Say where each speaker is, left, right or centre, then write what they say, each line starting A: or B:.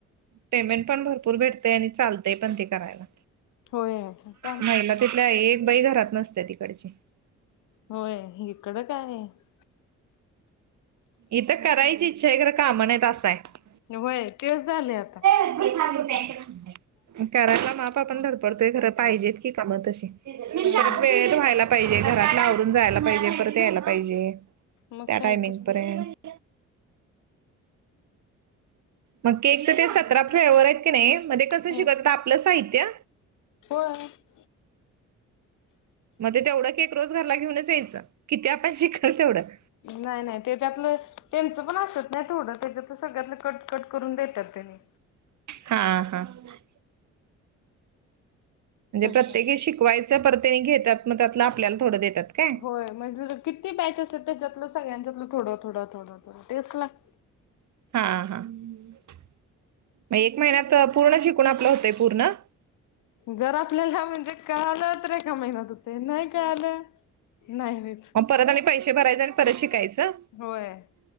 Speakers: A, on the right (about 70°); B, on the left (about 85°).
A: पेमेंट पण भरपूर भेटतय आणि चालतंय पण ते करायला.
B: होय का <unintelligible>
A: महिला तिथल्या एक बाई घरात नसते तिकडची <unintelligible>
B: होय इकडं काय <unintelligible>
A: इथ करायची इच्छा आहे खरं कामण आहे ता आहे. <unintelligible>
B: वय तेच झाले आता. <unintelligible>
A: करायला मापा आपण धडपडतोय खर पाहिजेत की कामं तशी
B: होय
A: वेळेत व्हायला पाहिजे घरातला आवरून जायला पाहिजे परत यायला पाहिजे.
B: मग
A: त्या टायमिंग
B: काय तर
A: पयंत मग के तर
B: तस
A: ते सतरा फ्वर आहेत की नाही म्हणजे कसं
B: होय.
A: शिकत आपलं साहित्य
B: होय <unintelligible>
A: मग तेवढं की एक रोज घरला घेऊनच यायचं कि ते आपण शिकाल तेवढं
B: नाही नाही ते त्यातलं त्यांचं पण असत नाही थोडं त्याच्यात सगळ्यात शॉर्टकट करून देतात ते <unintelligible>
A: हा हा <unintelligible> म्हणजे
B: तसं
A: प्रत्येकी शिकवायच परतेने घेतात मग त्यातला आपल्याला थोडं देतात. काय
B: होय म्हणजे किती बॅचस त्याच्यातलं सगळ्यांच्यातलं थोडं थोडं थोडं थोडं टेचट लाग
A: हा हा <unintelligible> म एक महिन्यात पूर्ण शिकून आपलं होतंय पूर्ण. <unintelligible>
B: जर आपल्याला म्हणजे कळालं तर एका महिन्यात होते नाही कळालं नाही हो <unintelligible>
A: म परत आ पैसे भरायचे आणि परत शिकायचं
B: होय